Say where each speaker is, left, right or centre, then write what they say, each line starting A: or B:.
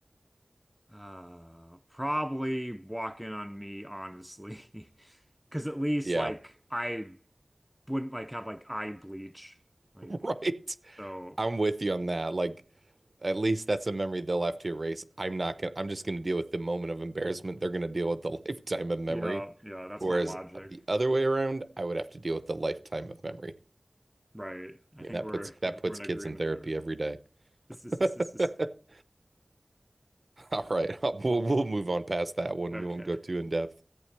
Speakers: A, in the centre; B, on the right.
A: uh, probably walking on me, honestly. <laughs> Because at least,
B: Yeah.
A: like,
B: <laughs>
A: I wouldn't, like, have, like, eye bleach. Like,
B: Right.
A: so,
B: I'm with you on that. Like, at least that's a memory they'll have to erase. I'm not gonna, I'm just gonna deal with the moment of embarrassment. They're gonna deal with the <laughs> lifetime of memory.
A: yeah, yeah, that's
B: Whereas
A: my logic.
B: the other way around, I would have to deal with the lifetime of memory. I
A: Right. I
B: mean,
A: think
B: that
A: we're,
B: puts
A: I
B: that
A: think
B: puts
A: we're in
B: kids
A: agreement
B: in therapy
A: there.
B: every day.
A: This is,
B: <laughs>
A: this is, this is,
B: All right, <laughs> we'll we'll move on past that one.
A: okay.
B: We won't go too in depth.